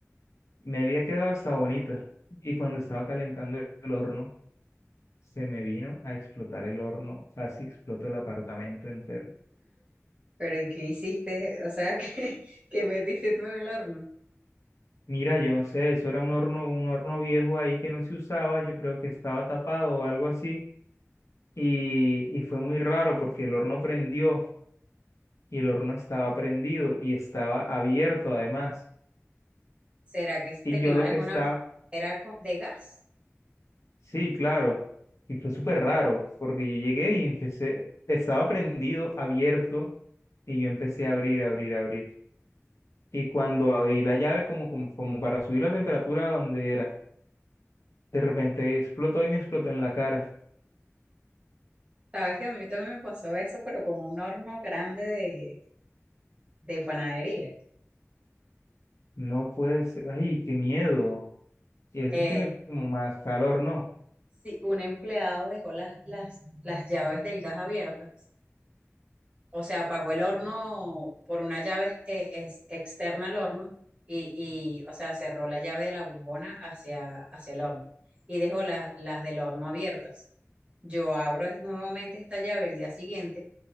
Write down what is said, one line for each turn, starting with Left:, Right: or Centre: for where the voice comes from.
Left: Me había quedado hasta bonita. Y cuando estaba calentando el horno, se me vino a explotar el horno. Casi explotó el apartamento entero.
Right: pero ¿y qué hiciste? O sea, <laughs> ¿qué, qué metiste tú en el horno?
Left: Mira, yo no sé, eso era un horno, un horno viejo ahí que no se usaba. Yo creo que estaba tapado o algo así y, y fue muy raro porque el horno prendió y el horno estaba prendido y estaba abierto además.
Right: ¿Será que
Left: Y
Right: tenía
Left: yo lo
Right: alguna,
Left: que estaba,
Right: era co- de gas?
Left: sí, claro, y fue súper raro porque yo llegué y empecé, estaba prendido, abierto y yo empecé a abrir, abrir, abrir. Y cuando abrí la llave como, como, como para subir la temperatura a donde era, de repente explotó y me explotó en la cara.
Right: Sabes que a mí también me pasó eso, pero con un horno grande de, de panadería.
Left: No puede ser, ay, qué miedo. Y eso
Right: Eh,
Left: tiene como más calor, ¿no?
Right: sí, un empleado dejó las, las, las llaves del gas abiertas, o sea, apagó el horno por una llave eh, es, externa al horno y, y, o sea, cerró la llave de la bombona hacia, hacia el horno y dejó las, las del horno abiertas. Yo abro es- nuevamente esta llave el día siguiente